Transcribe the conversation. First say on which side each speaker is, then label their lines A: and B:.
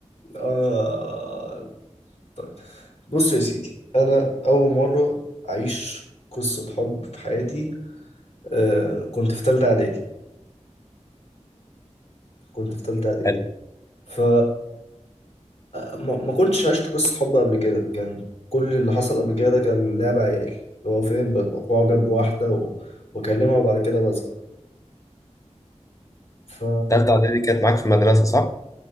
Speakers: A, on the left; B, on the left.
A: آه، طيب. بص يا سيدي أنا أول مرة أعيش قصة حب في حياتي آه، كنت في تالتة إعدادي كنت في تالتة إعدادي
B: حلو
A: ف ما ما كنتش عشت قصة حب قبل كده كان كل اللي حصل قبل كده ده كان لعب عيال اللي هو فين ببقى معجب بواحدة و... واكلمها وبعد كده بزهق ف
B: تالتة اعدادي كانت معاك في المدرسة صح؟